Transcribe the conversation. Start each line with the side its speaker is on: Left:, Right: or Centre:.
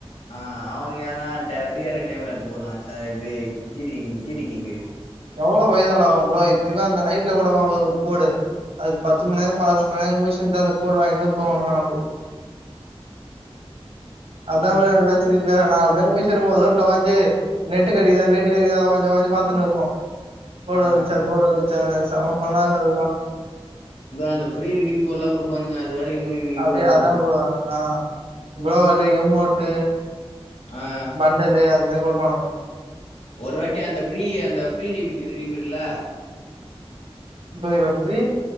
Left: அ அவன் இவனுங்க எதுனா ஃபீரியா இருக்க டைம்ல எடுத்து போடுவா சரி கீடிங் கீட்டிகிங்கு
Right: அவ்ளோ வயதெல்லா ப்ரோ ஐ திங் அந்த நைட்ல கூட <unintelligible> கோடு அதுக் பத்து மண்நேர பதினொறு மண்நேர முழிச்சிருந்து அந்த கோடு வாங்கினுதா தூங்கணுதா நமக்கு அதாமே எல்லா சிரிப்பே நா அப்டியே முழிச்சினுருப்போ ரோட்ல ஒக்காஞ்சி நெட்டு கெடைக்குதா நெட்டு கெடைக்கிதா ஒக்காஞ்சி ஒக்காஞ்சி பாத்துனு இருப்போ கோடு
Left: ஆ
Right: வந்துருச்சா கோடு வந்துருச்சானு செம்ம ஃபன்னா இருக்கு அதுக்குலா
Left: இதோ அந்த ஃப்ரீ ரிடிம் கோட்லா குடுப்பானுங்க அது வேற இன்னு இதுவா
Right: அதே
Left: இருக்கு
Right: அதா ப்ரோ ஆ கோவாலி எம்மோட்டு
Left: ஆ
Right: பண்டலு அது மேரி குடுப்பானுங்கோ
Left: ஒரு வாட்டி அந்த ஃப்ரீ அந்த ஃப்ரீ ரீமிடி ரிடிம் இருக்குல்ல
Right: புரில ஃப்ரீ